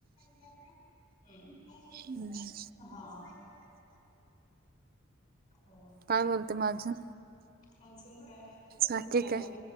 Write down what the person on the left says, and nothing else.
ढकल, हम. आई माझी
ढकल, हा. <unintelligible> ढकल. हो,
मान्सून काय? कोणी
आलं
गे